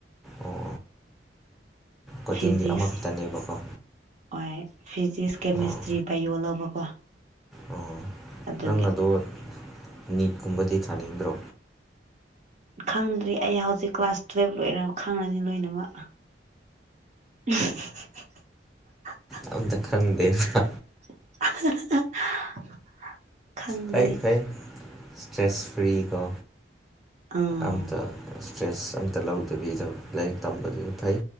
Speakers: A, in the centre; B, on the right (about 40°).
A: ꯑꯣ ꯀꯣꯆꯤꯡꯗꯤ
B: ꯐꯤꯖꯤꯛꯁ
A: ꯑꯃꯈꯛꯇꯅꯦꯕꯀꯣ
B: ꯍꯣꯏ ꯐꯤꯖꯤꯛꯁ ꯀꯦꯃꯤꯁꯇ꯭ꯔꯤ
A: ꯑꯣ
B: ꯕꯥꯏꯌꯣ ꯂꯧꯕꯀꯣ
A: ꯑꯣ
B: ꯑꯗꯨꯒꯤ
A: ꯅꯪ ꯑꯗꯣ ꯅꯤꯠꯀꯨꯝꯕꯗꯤ ꯊꯥꯅꯤꯡꯗ꯭ꯔꯣ
B: ꯈꯪꯗ꯭ꯔꯤ ꯑꯩ ꯍꯧꯖꯤꯛ ꯀ꯭ꯂꯥꯁ ꯇꯨꯏꯋꯦꯞ ꯂꯣꯏꯔ ꯈꯪꯉꯅꯤ ꯂꯣꯏꯅꯃꯛ <unintelligible>
A: ꯑꯃꯇ ꯈꯪꯗꯦꯗ
B: <unintelligible> <inaudible> ꯈꯪꯗꯦ
A: ꯐꯩ ꯐꯩ ꯏꯁꯇ꯭ꯔꯦꯁ ꯐ꯭ꯔꯤꯀꯣ
B: ꯑꯥ
A: ꯑꯝꯇ ꯏꯁꯇ꯭ꯔꯦꯁ ꯑꯝꯇ ꯂꯧꯗꯕꯤꯗ ꯂꯥꯏꯔꯤꯛ ꯇꯝꯕꯗꯨꯁꯨ ꯐꯩ